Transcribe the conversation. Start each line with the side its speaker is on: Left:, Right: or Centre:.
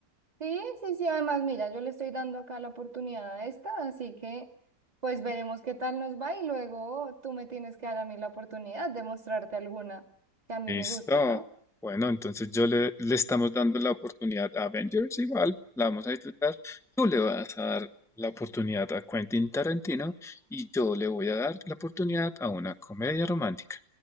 Right: Sí, sí, sí, además, mira, yo le estoy dando acá la oportunidad a esta, así que pues veremos qué tal nos va y luego tú me tienes que dar a mí la oportunidad de mostrarte alguna que a mí
Centre: Listo.
Right: me guste, ¿no?
Centre: Bueno, entonces yo le, le estamos dando la oportunidad a Avengers igual, la vamos a disfrutar. Tú le vas a dar la oportunidad a Quentin Tarantino y yo le voy a dar la oportunidad a una comedia romántica.